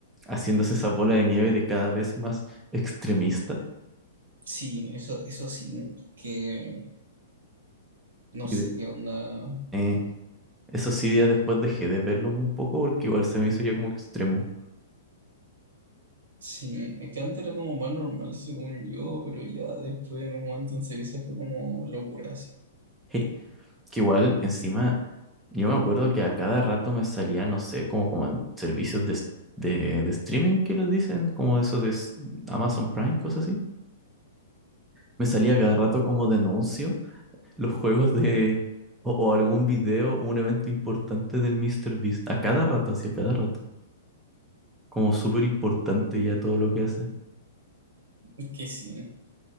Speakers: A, in the centre; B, on the right (about 80°).
A: haciéndose esa bola de nieve de cada vez más extremista.
B: Sí, eso, eso sí, que no
A: Y
B: sé
A: de-
B: qué onda.
A: eh, eso sí, ya después dejé de verlo un poco porque igual se me hizo ya como extremo.
B: Sí, es que antes era como más normal según yo, pero ya después en un momento en serio se fue como locura, así.
A: Eh, que igual encima, yo me acuerdo que a cada rato me salía, no sé, como, como en servicios de, s- de, de streaming que les dicen, como de esos de s- Amazon Prime, cosas así. Me salía cada rato como denuncio los juegos de o, o algún video o un evento importante del Mr. Beast a cada rato, así a cada rato. Como súper importante ya todo lo que hace.
B: Es que sí.